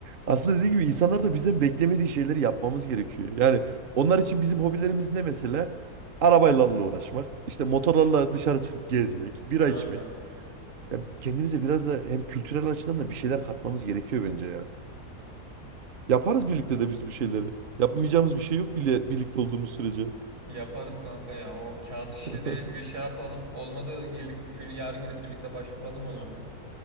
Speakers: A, on the right (about 45°); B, on the right (about 85°).
A: aslında dediğim gibi insanlar da bizden beklemediği şeyleri yapmamız gerekiyor. Yani onlar için bizim hobilerimiz ne mesela? Arabayla uğraşmak, işte motorlarla dışarı çıkıp gezmek, bira
B: <laughs> Aynen.
A: içmek. Ya kendimize biraz da hem kültürel açıdan da bir şeyler katmamız gerekiyor bence ya. Yaparız birlikte de biz bu şeyleri. Yapmayacağımız bir şey yok bile birlikte olduğumuz sürece.
B: Yaparız kanka ya. O kağıt işini
A: <laughs>
B: bir şey yapalım. Olmadı girlik, yarın gidip birlikte başvuralım ona bir.